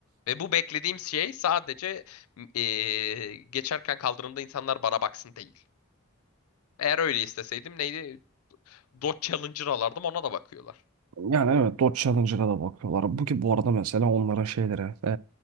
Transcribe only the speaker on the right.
Yani evet Dodge Challenger'a da bakıyorlar. Bu ki bu arada mesela onların şeyleri